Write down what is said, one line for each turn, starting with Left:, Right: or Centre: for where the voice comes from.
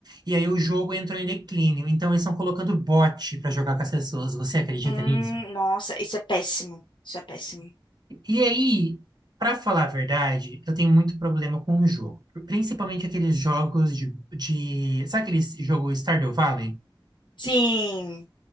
Right: e aí o jogo entrou em declínio. Então eles estão colocando bot pra jogar com as pessoas. Você acredita
Left: Hum,
Right: nisso?
Left: nossa, isso é péssimo. Isso é péssimo.
Right: E aí, pra falar a verdade, eu tenho muito problema com o jogo. Principalmente aqueles jogos de, de... Sabe aquele jogo Stardew Valley?
Left: Sim,